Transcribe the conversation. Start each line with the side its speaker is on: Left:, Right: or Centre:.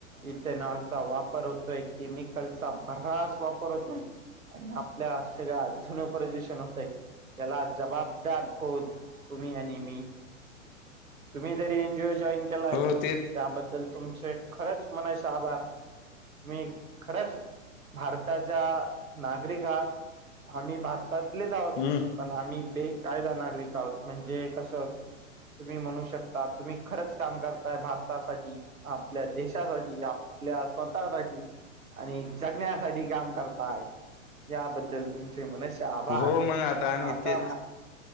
Right: इथेनॉलचा वापर होतोय केमिकलचा भरास वापर होतोय. आणि आपल्या सगळ्या ध्वनी प्रदूशन होतय. त्याला जबाबदार कोण तुम्ही आणि मी? तुम्ही जरी एन जीओ जॉईन केलाय
Left: हो
Right: त्याबद्दल
Left: ते
Right: तुमचे खरेच म्हणायचे आभार मी खरंच भारताच्या नागरिक आहात आम्ही भारतातलेच आहोत
Left: हम्म
Right: पण आम्ही बेकायदा नागरिक आहोत म्हणजे कसं तुम्ही म्हणू शकता तुम्ही खरंच काम करताय भारतासाठी आपल्या देशासाठी आपल्या स्वतःसाठी आणि जगण्यासाठी काम करताय याबद्दल तुमचे मनष्य आभार
Left: हो मग आम्ही
Right: आता
Left: तेच